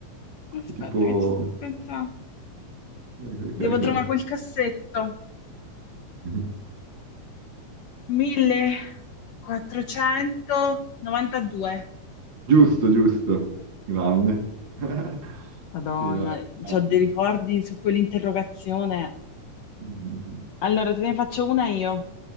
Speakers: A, on the left; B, on the right.
A: Aspetta
B: è tipo...
A: che ci sto pensando.
B: Ok, ok,
A: Devo
B: ok.
A: trovare quel cassetto.
B: <laughs>
A: 1492.
B: Giusto, giusto. Grande. <laughs>
A: Madonna,
B: Sì, no, era-
A: c'ho
B: grande.
A: dei ricordi su quell'interrogazione.
B: Mhm.
A: Allora, te ne faccio una io.